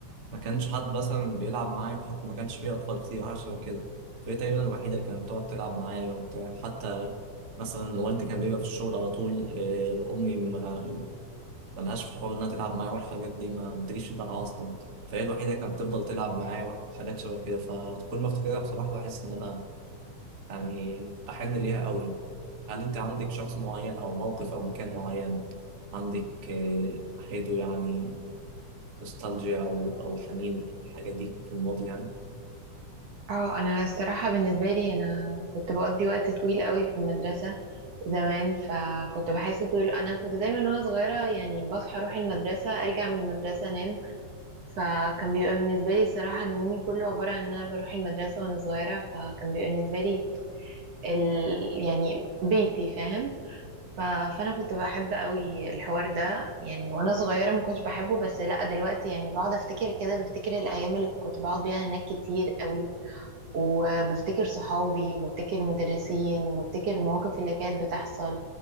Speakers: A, on the right; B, on the right.
A: ما كانش حد مثلا بيلعب معايا بحكم ما كانش فيه أطفال كتير عشان كده فهي تقريبا الوحيدة اللي كانت بتقعد تلعب معايا وبتاع حتى مثلا والدي كان بيبقى في الشغل على طول آه، أمي ما- ملهاش في حوار إنها تلعب معايا والحاجات دي ما بتجيش في دماغها أصلا فهي الوحيدة اللي كانت بتفضل تلعب معايا وحاجات شبه كده فكل ما أفتكرها بصراحة بحس إن أنا يعني بحن ليها قوي هل أنت عندك شخص معين أو موقف أو مكان معين عندك آه، ناحيته يعني نوستالجيا أو أو حنين الحاجة دي في الماضي يعني
B: اه انا الصراحه بالنسبه لي انا كنت بقضي وقت طويل قوي في المدرسه زمان فكنت بحس طول انا كنت دايما وانا صغيره يعني بصحى اروح المدرسه ارجع من المدرسه انام فكان بيبقى بالنسبه لي الصراحه ان يومي كله عباره عن ان انا بروح المدرسه وانا صغيره فكان بيبقى بالنسبه لي ال... يعني بيتي فاهم ف... فانا كنت بحب قوي الحوار ده يعني وانا صغيره ما كنتش بحبه بس لا دلوقتي يعني بقعد افتكر كده بفتكر الايام اللي كنت بقعد بيها هناك كتير قوي وبفتكر صحابي وبفتكر مدرسين وبفتكر المواقف اللي كانت بتحصل